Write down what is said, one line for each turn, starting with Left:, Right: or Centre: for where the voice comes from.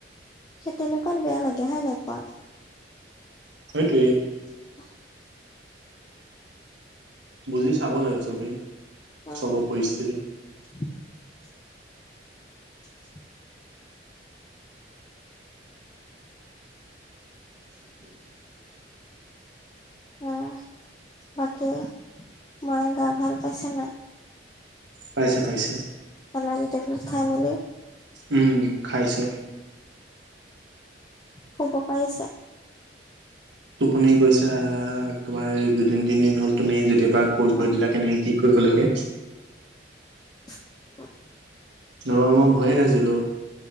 Left: সেই তেনেকুৱাত বেয়া লাগে হয় নাই কোৱা?
Right: সেইটোৱে।
Left: <unintelligible>
Right: বুজি চাব লাগে চবেই,
Left: উম
Right: চবৰ পৰিস্থিতি।
Left: <unintelligible> <inaudible>
Right: <inaudible>
Left: অ, বাকী মায়ে গা ভাল পাইছে না?
Right: পাইছে পাইছে।
Left: <unintelligible> ভিতৰটোত খাই বুলি।
Right: উম খাইছে।
Left: শুব পাৰিছে?
Right: টোপনি গৈছা, তোমাৰ এই দুই তিন তিনদিন হ'ল তুমি যেতিয়া পা কৈ
Left: অ
Right: থৈ দিলা কেনেকে কি কৰিব লাগে
Left: <inaudible>
Right: নবা মই ভয়ে খাইছিলো।